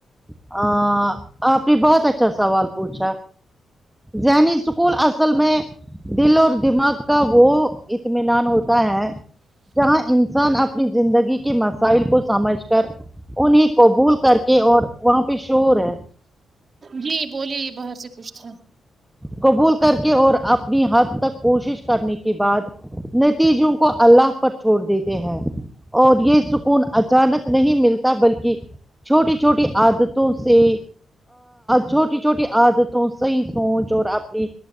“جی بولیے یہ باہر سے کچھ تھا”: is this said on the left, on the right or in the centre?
Right